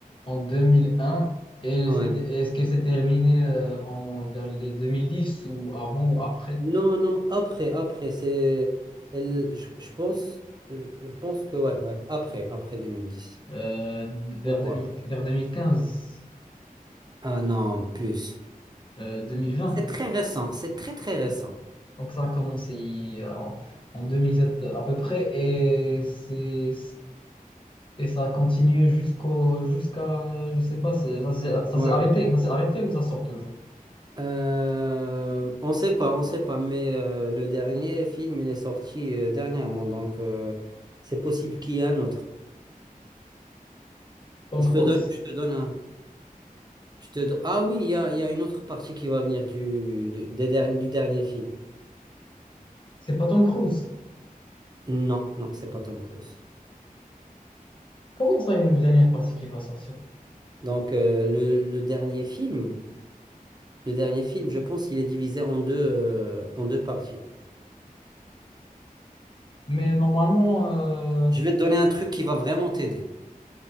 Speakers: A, on the left; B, on the right.
A: en 2001 et
B: Ouais.
A: c'était, est-ce qu'elle s'est terminée euh, en, vers les 2010 ou avant ou après?
B: Non, non, après, après, c'est... elle- Je, je pense, je, je pense que, ouais, ouais, après, après 2010.
A: Euh, vers
B: Beaucoup
A: deux
B: après.
A: mille vers 2015,
B: Ah non, plus.
A: euh, deux mille vingt
B: C'est très récent, c'est très très récent.
A: Donc ça a commencé euh, en, en 2007 à peu près et c'est... Et ça a continué jusqu'au, jusqu'à, je sais pas, c'est- ça, s'est ça
B: Ouais.
A: s'est arrêté, ça s'est arrêté ou ça sort toujours?
B: Euh, on sait pas, on sait pas, mais euh, le dernier film, il est sorti euh, dernièrement, donc euh, c'est possible qu'il y ait un autre.
A: Tom
B: Je
A: Cruise.
B: te donne, je te donne un... Je te do- Ah oui, il y a, il y a une autre partie qui va venir du, du, des derni- du dernier film.
A: C'est pas Tom Cruise.
B: Non, non, c'est pas Tom Cruise.
A: Comment ça, il y a une dernière partie qui va sortir?
B: Donc euh, le, le dernier film, le dernier film, je pense qu'il est divisé en deux, euh, en deux parties.
A: Mais normalement, euh,
B: Je vais te donner un truc qui va vraiment t'aider.